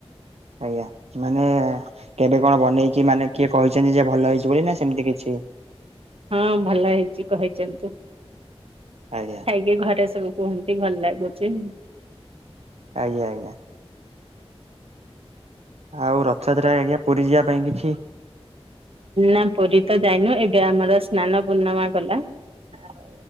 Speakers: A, on the right; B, on the right.
A: ଆଜ୍ଞା ମାନେ କେବେ କଣ ବନେଇକି ମାନେ କିଏ କହିଛନ୍ତି ଯେ ଭଲ ହେଇଛି ବୋଲି ନା ସେମିତି କିଛି
B: ହଁ ଭଲ ହେଇଚି କହିଛନ୍ତି।
A: ଆଜ୍ଞା।
B: ଖାଇକି ଘରେ ସବୁ କୁହନ୍ତି ଭଲ ଲାଗୁଛି।
A: ଆଜ୍ଞା ଆଜ୍ଞା। ଆଉ ରଥଯାତ୍ରା ଆଜ୍ଞା ପୁରୀ ଯିବା ପାଇଁ କିଛି
B: ନା ପୁରୀ ତ ଯାଇନୁ। ଏବେ ଆମର ସ୍ନାନ ପୂର୍ଣ୍ଣମା ଗଲା। ଆଉ